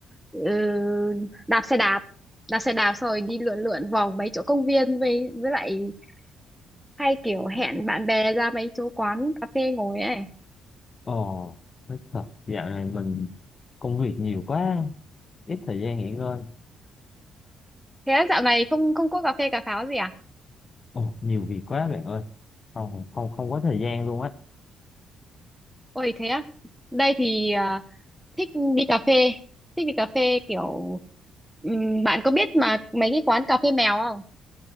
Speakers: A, in the centre; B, on the left (about 35°).
A: ừ, đạp xe đạp, đạp xe đạp xong rồi đi lượn lượn vòng mấy chỗ công viên với với lại hay kiểu hẹn bạn bè ra mấy chỗ quán cà phê ngồi ấy.
B: Ồ, thích thật. Dạo này mình công việc nhiều quá, ít thời gian nghỉ ngơi.
A: Thế dạo này không không có cà phê cà pháo gì à?
B: Ồ, nhiều việc quá bạn ơi. Không, không, không có thời gian luôn á.
A: Ôi thế á, đây thì à, thích đi cà phê, thích đi cà phê kiểu ừm, bạn có biết mà mấy cái quán cà phê mèo không?